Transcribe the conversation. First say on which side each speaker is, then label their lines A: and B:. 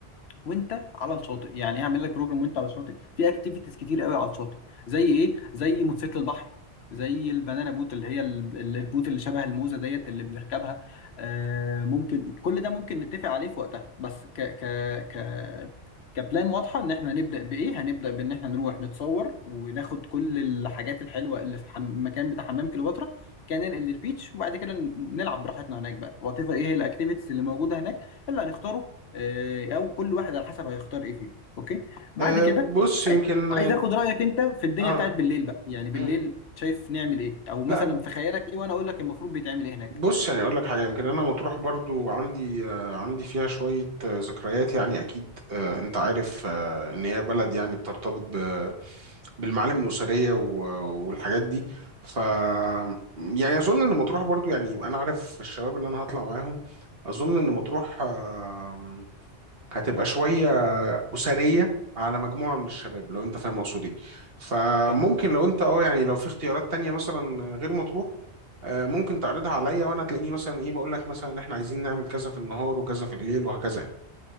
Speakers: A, on the left (about 70°); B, on the right (about 60°).
A: وانت على الشاطئ يعني هعمل لك بروجرام وانت على الشاطئ في اكتيفيتيز كتير قوي على الشاطئ زي ايه زي موتوسيكل البحر زي البنانا بوت اللي هي ال- ال- البوت اللي شبه الموزه ديت اللي بنركبها آه ممكن كل ده ممكن نتفق عليه في وقتها بس ك ك ك كبلان واضحه ان احنا هنبدا بايه هنبدا بان احنا نروح نتصور وناخد كل الحاجات الحلوه اللي في الحم... المكان بتاع حمام كليوباترا كان ننقل للبيتش وبعد كده ن- نلعب براحتنا هناك بقى وات ايفر ايه هي الاكتيفيتيز اللي موجوده هناك اللي هنختاره آه، او كل واحد على حسب هيختار ايه فيهم اوكي بعد
B: أه
A: كده
B: بص يمكن
A: عاي- عايز اخد رايك انت في الدنيا
B: اه
A: بتاعت بالليل بقى يعني بالليل
B: مم.
A: شايف نعمل ايه او مثلا
B: لا
A: في خيالك ايه وانا اقول لك المفروض بيتعمل ايه هناك
B: بص يعني اقول لك حاجه يمكن انا مطروح برضو عندي آه، عندي فيها شويه آه، ذكريات يعني اكيد آه، انت عارف آه، ان هي بلد يعني بترتبط ب- بالمعالم الاسريه و- والحاجات دي ف يعني اظن ان مطروح برضو يعني انا عارف الشباب اللي انا هطلع معاهم اظن ان مطروح آه، هتبقى شويه اسريه على مجموعه من الشباب لو انت فاهم اقصد ايه فممكن
A: تمام
B: لو انت اه يعني لو في اختيارات تانية مثلا غير مطروح آه، ممكن تعرضها عليا وانا تلاقيني مثلا ايه بقول لك مثلا ان احنا عايزين نعمل كذا في النهار وكذا في الليل وهكذا يعني.